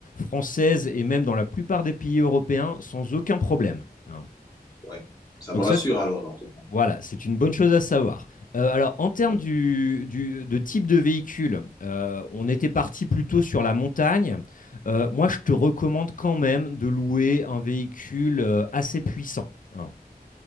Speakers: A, on the left (about 55°); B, on the left (about 25°).
A: françaises et même dans la plupart des pays européens sans aucun problème. hein.
B: ouais. Ça
A: Donc
B: me rassure
A: ça, c'est-
B: alors. dans tout
A: voilà, c'est une bonne chose à savoir. Euh, alors, en termes
B: cas.
A: du, du- de type de véhicule, euh, on était parti plutôt sur la montagne. Euh, moi, je te recommande quand même de louer un véhicule euh, assez puissant, hein,